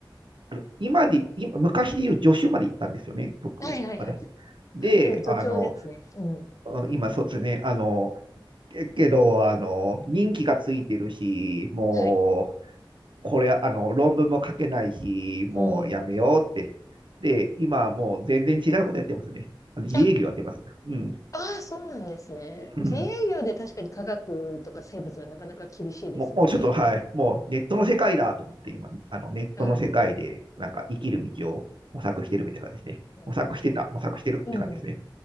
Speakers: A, on the right; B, on the left.
A: あの今で、今、昔で言う助手まで行ったんですよね、僕、
B: はいはいはい。
A: 私。で、
B: はい、今、助教ですね。
A: あの、
B: うん。
A: うん今、そうですね、あの、けけど、あの、任期がついてるし、も
B: はい。
A: う、これ、あの、論文も書けないし、もうやめようって。
B: うん。
A: で、今、もう全然違うことやってますね。あの自営業やってます。
B: あ、
A: うん。
B: ああ、そうなんですね。
A: うん
B: 自営業で確かに科学とか生物はなかなか厳しいですもんね。
A: もう、もうちょっと、はい、もうネットの世界だと思って、今、あのネットの世界で、
B: はい。なる
A: なんか生きる道を模索してるみたいな感じですね。
B: ほど
A: 模索してた、模索してるって感じですね。
B: うん。